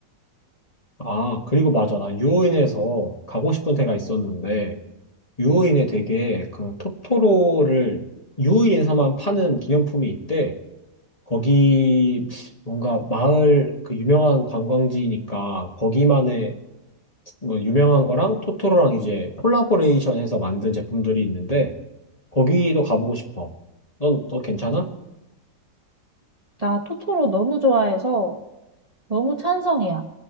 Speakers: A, on the left (about 20°); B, on the right (about 20°).
A: 아, 그리고 맞아. 나 유호인에서 가고 싶은 데가 있었는데, 유호인에 되게 그 토토로를 유호인에서만 파는 기념품이 있대. 거기 뭔가 마을 그 유명한 관광지니까 거기만의 뭐 유명한 거랑 토토로랑 이제 콜라보레이션 해서 만든 제품들이 있는데 거기도 가보고 싶어. 넌, 너 괜찮아?
B: 나 토토로 너무 좋아해서 너무 찬성이야.